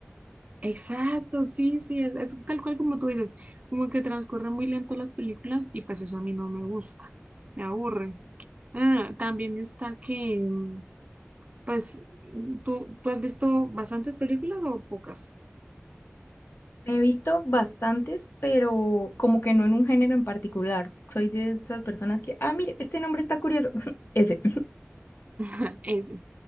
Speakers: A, on the right (about 30°); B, on the left (about 50°).
A: Exacto, sí, sí, es, es tal cual como tú dices, como que transcurren muy lento las películas y pues eso a mí no me gusta, me aburre. Ah, también está que, mm, pues, mm, ¿tú, tú has visto bastantes películas o pocas?
B: Me he visto bastantes, pero como que no en un género en particular. Soy de esas personas que, ah, mire, este nombre está curioso. <laughs> Ese,
A: Ah, Ese.